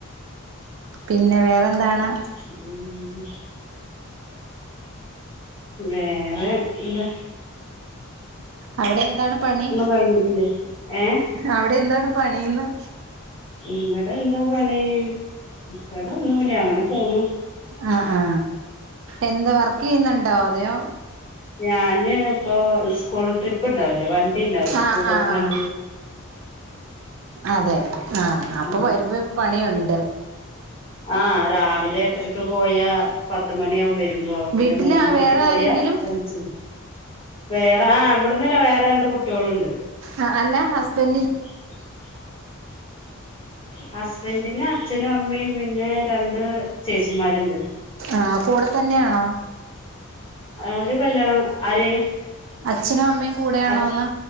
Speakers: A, on the right (about 60°); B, on the left (about 25°).
A: പിന്നെ വേറെന്താണ്
B: <inaudible> വേറെ എന്തെ
A: അവിടെ എന്താണ് പണി
B: കഴിഞ്ഞിട്ടില്ലേ ഏ
A: അവിടെ എന്താണ് പണീന്ന്
B: ഇവിടെ എന്താ പണി ഇവിടൊന്നും ഇ ല്ല അങ്ങനെ പോണു
A: ആ ആ എന്ത വർക്ക് ചെയ്യുന്നുണ്ടോ അതെയോ
B: ഞാന് ഇപ്പോ സ്കൂൾ ട്രിപ്പ് ഉണ്ടാവില്ലേ വണ്ടി ഇണ്ടാവില്ലേ സ്കൂൾബസ്
A: ആഹ് ആഹ്
B: വണ്ടീലെ
A: ആഹ് അതെ ആ അപ്പം
B: ഉം
A: വരുമ്പം പണിയൊണ്ട്
B: ആ രാവിലെ എട്ടരക്ക് പോയാ പത്തുമണിയാവും വരും വരുമ്പോ പിന്നെ
A: വീട്ടില്
B: മൂന്ന് മണിക്ക്
A: വേറെ
B: പോയാ
A: ആരെങ്കിലും
B: അഞ്ചിനെ വേറാ ആ ഇവിടിന്നെ വേറെ രണ്ട് കുട്ട്യോളുണ്ട്
A: ആ അല്ല ഹസ്ബന്റിന്റെ
B: <inaudible> ഹസ്ബന്റിനെ അച്ഛനും അമ്മയും പിന്നെ രണ്ട് ചേച്ചിമാരിണ്ട്
A: ആ കൂടെ തന്നെയാണോ
B: അവരെ കല്യാണം ആര്
A: അച്ഛനും അമ്മയും കൂടെയാണോന്ന്
B: അച്